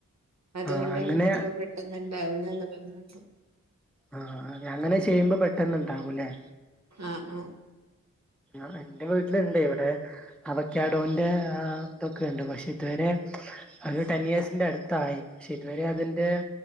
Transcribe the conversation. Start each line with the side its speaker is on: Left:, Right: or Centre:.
Right: അതുകൊണ്ടാണ്
Centre: ആഹ് അങ്ങനെ
Right: ത്ര പെട്ടെന്നുണ്ടാവ്ണെന്ന് പറഞ്ഞപ്പം
Centre: ആഹ്‌ അതെ അങ്ങനെ ചെയ്യുമ്പോ പെട്ടന്നുണ്ടാകുല്ലേ?
Right: ആഹ്‌ ആഹ്
Centre: ആഹ്‌ എന്റെ വീട്ടിലിണ്ട് ഇവിടെ അവക്കാഡോന്റെ ആ തൊക്കെണ്ട് പക്ഷെ ഇതു വരെ അതൊരു ടെൻ യേഴ്സിന്റെ അടുത്തായി. പക്ഷെ ഇതുവരെ അതിന്റെ